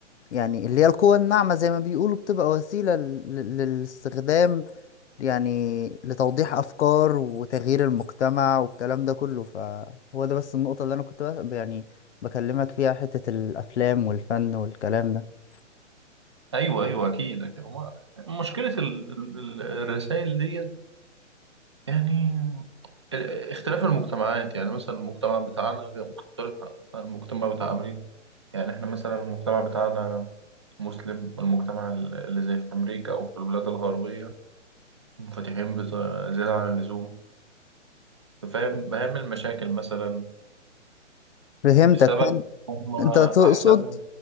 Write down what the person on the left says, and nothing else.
يعني اللي هي القوى الناعمة زي ما بيقولوا بتبقى وسيلة لل- للاستخدام يعني لتوضيح أفكار وتغيير المجتمع والكلام ده كله فهو ده بس النقطة اللي أنا كنت بس- يعني بكلمك فيها حتة الأفلام والفن والكلام ده
فهمتك
فأنت
أنت تقصد